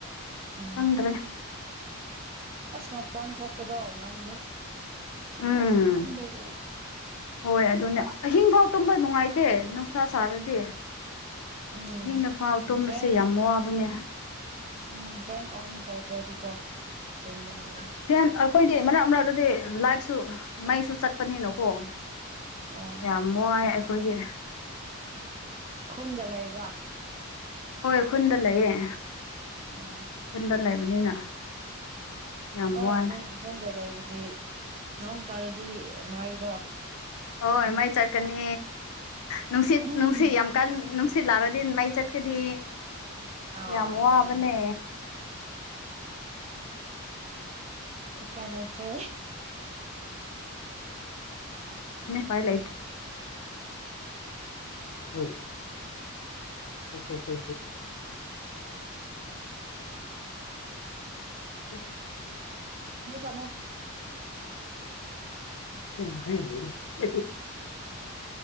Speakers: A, on the right (about 30°); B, on the left (about 75°).
A: ꯎꯝ
B: ꯅꯪ꯭ꯔꯦ
A: ꯑꯁ ꯃꯄꯥꯟ ꯊꯣꯛꯄꯗꯣ ꯉꯝꯗꯦ ꯅꯨꯡꯁꯥ
B: ꯎꯝ
A: ꯁꯥꯃꯟꯈꯒꯦ
B: ꯍꯣꯏ ꯑꯗꯨꯅꯦ ꯑꯍꯤꯡ ꯐꯥꯎ ꯇꯨꯝꯕ ꯅꯨꯡꯉꯥꯏꯇꯦ ꯅꯨꯡꯁꯥ ꯁꯥꯔꯗꯤ
A: ꯎꯝ
B: ꯑꯍꯤꯡꯅ ꯐꯥꯎ ꯇꯣꯝꯕꯁꯦ
A: ꯐꯦꯟ
B: ꯌꯥꯝ ꯋꯥꯕꯅꯦ
A: ꯎꯝ ꯐꯦꯟ ꯑꯣꯟ ꯇꯧꯗ꯭ꯔꯗꯤꯀꯣ ꯇꯨꯝꯕ ꯋꯥꯏ
B: ꯍꯦꯟ ꯑꯩꯈꯣꯏꯗꯤ ꯃꯔꯛ ꯃꯔꯛꯇꯗꯤ ꯂꯥꯏꯔꯤꯛꯁꯨ ꯃꯩꯁꯨ ꯆꯠꯄꯅꯤꯅꯀꯣ
A: ꯑꯣ
B: ꯌꯥꯝꯃꯣ ꯑꯩꯈꯣꯏꯗꯤ
A: ꯍꯟꯂ ꯏꯕ꯭ꯔ
B: ꯍꯣꯏ ꯈꯨꯟꯗ ꯂꯩꯌꯦ
A: ꯑꯣ
B: ꯈꯨꯟꯗ ꯂꯩꯕꯅꯤꯅ ꯌꯥꯝ
A: ꯍꯣꯏ ꯑꯩꯣꯟ
B: ꯋꯥꯏ
A: ꯑꯩꯣꯟꯗ ꯂꯩꯕꯗꯤ ꯅꯣꯡ ꯇꯥꯔꯗꯤ ꯃꯥꯏꯗꯣ
B: ꯍꯣꯏ ꯃꯥꯏ ꯆꯠꯀꯅꯤ ꯅꯨꯡꯁꯤꯠ
A: ꯎꯝ
B: ꯅꯨꯡꯁꯤꯠ ꯌꯥꯝ ꯀꯥꯟꯅꯨꯡꯁꯤ ꯁꯤꯜꯂꯥꯔꯗꯤ ꯃꯩ ꯆꯠꯀꯗꯤ
A: ꯑꯥ
B: ꯌꯥꯝ
A: ꯑꯗꯨꯅꯦ
B: ꯋꯥꯕꯅꯦ
A: ꯎꯄꯥꯏ ꯂꯩꯇ꯭ꯔꯦ
B: ꯐꯥꯏꯜ ꯎꯣꯏ ꯑ ꯎꯝ
A: ꯁ
B: ꯎ